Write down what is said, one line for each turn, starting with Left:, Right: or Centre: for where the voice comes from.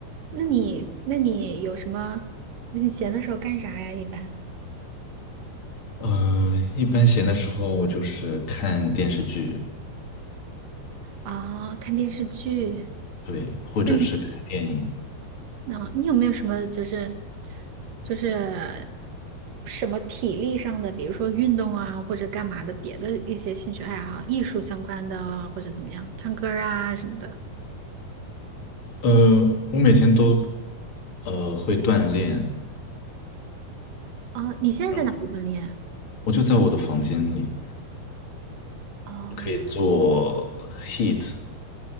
Right: 那你，那你有什么？你闲的时候干啥呀？一般
Left: 呃，一般闲的时候我就是看电视剧，
Right: 啊，看电视剧。
Left: 对，或者是看电影，
Right: 那你，那、你有没有什么就是就是什么体力上的，比如说运动啊，或者干嘛的别的一些兴趣爱好，艺术相关的啊，或者怎么样，唱歌儿啊什么的。
Left: 呃，我每天都呃会锻炼，
Right: 哦，你现在在哪里锻炼啊？
Left: 然后我就在我的房间里
Right: 哦，
Left: 可以做 h e a t